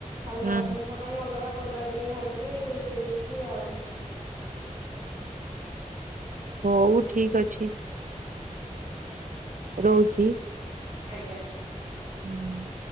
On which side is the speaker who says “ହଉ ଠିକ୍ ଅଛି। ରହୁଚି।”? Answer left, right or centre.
Right